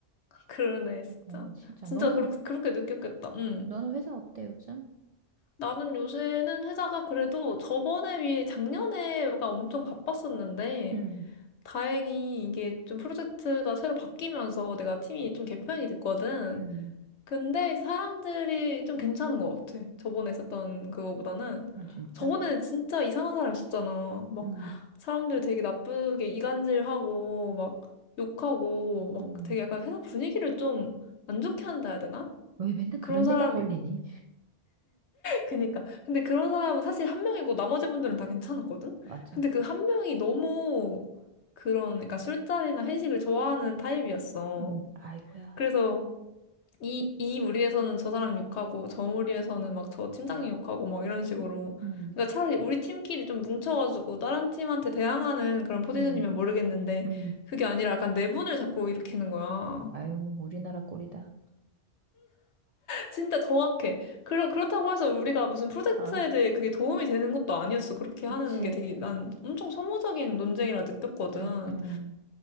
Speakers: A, on the left; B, on the right.
A: 그러네, 진짜.
B: 어 진짜
A: 진짜
B: 너는
A: 그렇게, 그렇게 느꼈겠다. 응.
B: 너는 회사 어때 요즘?
A: 나는 요새는 회사가 그래도 저번에 비해 작년에가 엄청 바빴었는데,
B: 응
A: 다행히 이게 좀 프로젝트가 새로 바뀌면서 내가 팀이 좀 개편이 됐거든.
B: 응
A: 근데 이제 사람들이 좀 괜찮은 것 같아. 저번에 있었던 그거보다는.
B: 어 진짜.
A: 저번에는 진짜 이상한 사람 있었잖아. 막
B: 응
A: 사람들 되게 나쁘게 이간질하고 막 욕하고 막
B: 응
A: 되게 약간 회사 분위기를 좀 안 좋게 한다 해야 되나?
B: 왜 맨날 그런
A: 그런 사람이
B: 데가 걸리니?
A: 그니까. 근데 그런 사람은 사실 한 명이고 나머지 분들은 다 괜찮았거든?
B: <laughs> 맞아.
A: 근데 그 한 명이 너무 그런, 그러니까 술자리나 회식을 좋아하는 타입이었어.
B: 응 아이고야.
A: 그래서 이, 이 무리에서는 저 사람 욕하고 저 무리에서는 막 저 팀장님 욕하고 막 이런 식으로.
B: 응
A: 그러니까 차라리 우리 팀끼리 좀 뭉쳐가지고 다른 팀한테 대항하는 그런 포지션이면
B: 응
A: 모르겠는데
B: 응
A: 그게 아니라 약간 내분을 자꾸 일으키는 거야.
B: 아유, 우리나라 꼴이다.
A: 진짜 정확해. 그렇, 그렇다고 해서 우리가 무슨 프로젝트에
B: 아,
A: 대해 그게 도움이 되는 것도 아니었어. 그렇게 하는
B: 그치.
A: 게 되게 난 엄청 소모적인 논쟁이라 느꼈거든.
B: 응, 응,